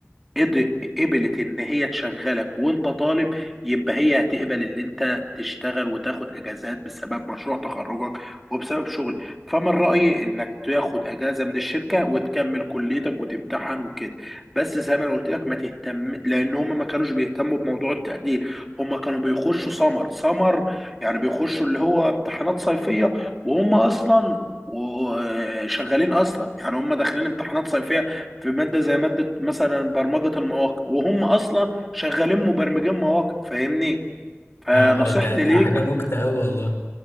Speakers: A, in the centre; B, on the left.
A: قد- قبلت ان هي تشغلك وانت طالب يبقى هي هتقبل ان انت تشتغل وتاخد اجازات بسبب مشروع تخرجك وبسبب شغل فمن رايي انك تاخد اجازه من الشركه وتكمل كليتك وتمتحن وكده بس زي ما انا قلت لك ما تهتم لان هم ما كانوش بيهتموا بموضوع التقدير هم كانوا بيخشوا سمر سمر يعني بيخشوا اللي هو امتحانات صيفيه وهم اصلا وشغالين اصلا يعني هم داخلين امتحانات صيفيه في ماده زي ماده مثلا برمجه المواقع وهم اصلا شغالين مبرمجين مواقع فاهمني فنصيحتي
B: اه ده ده
A: ليك
B: حاجة نكتة قوي والله